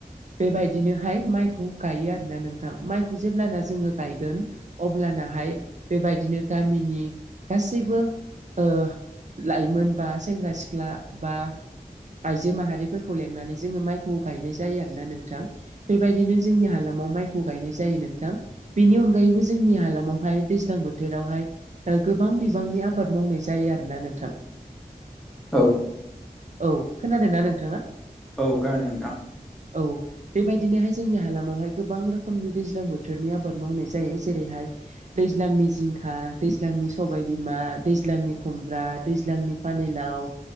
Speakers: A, on the right; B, in the centre.
A: बेबायदिनोहाय माइखौ गायो आरोना नोंथां माइखौ जेब्लाना जोङो गायगोन अब्लानाहाय बेबायदिनो गामिनि गासैबो ओ लाइमोन बा सेंग्रा सिख्ला बा आइजो माहारिफोरखौ खौ लेंनानै जोङो माइखौ गायनाय जायो आरोना नोंथां बेबायदिनो जोंनि हालामाव माइखौ खौ गायनाय जायो नोंथां बेनि अनगायैबो जोंनि हालामावहाय दैज्लां बोथोरावहाय ओ गोबां बिबांनि आबाद मावनाय जायो आरोना नोंथां।
B: औ।
A: औ खोनादोंना नोंथाङा?
B: औ खोनादों नोंथां।
A: औ। बेबायदिनोहाय जोंनि हालामावहाय गोबां रोखोमनि दैज्लां बोथोरनि आबाद मावनाय जायो जेरैहाय दैज्लांनि जिंखा दैज्लांनि सबाय बिमा दैज्लांनि खुमब्रा दैज्लांनि पानिलाव